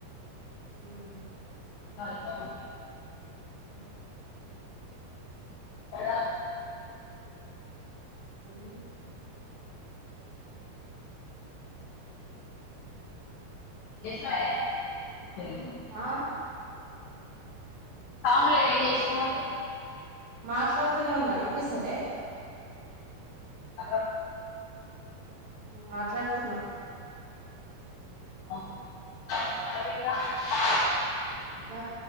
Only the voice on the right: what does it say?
మ్మ్
ఇంగా
మ్మ్
ఆ
మాట్లాడుతూనే ఉన్నా వినిపిస్తలే
మాట్లాడుతున్నా
ఇంకా